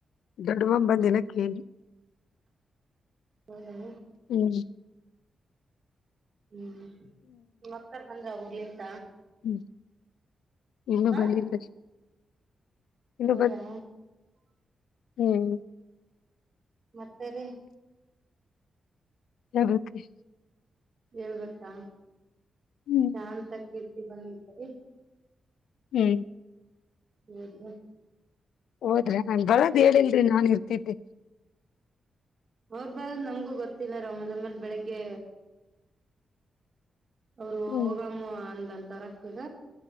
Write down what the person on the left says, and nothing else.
ಗಡ ಮ್ ಬಂದಿಲಾ ಕೇಳಿ
ಹ್ಮ್
ಹ್ಮ್ ಇನ್ನು
ಬಂದಿಲ್ಲ ಇನ್ನು
ಹ್ಮ್.
ಹಾಗಗತ್ತೆ <inaudible>
ಹ್ಮ್
ಹ್ಮ್
ಹೋದ್ರಿ ನನ್ ಬರದ ಹೇಳಿಲ್ರರಿ ನಾನ್ ಇರ್ತಿದ್ದೆ
ಹ್ಮ್